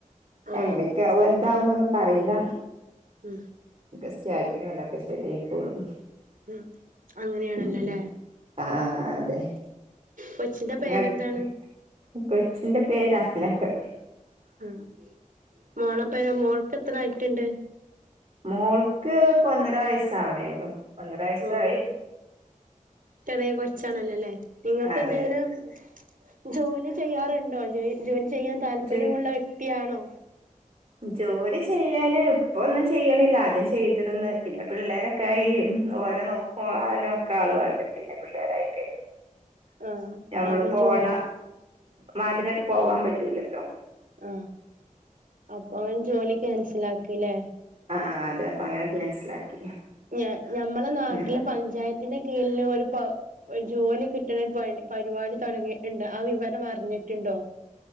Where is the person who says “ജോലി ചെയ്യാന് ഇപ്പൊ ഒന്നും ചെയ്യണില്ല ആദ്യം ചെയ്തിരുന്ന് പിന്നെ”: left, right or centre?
Right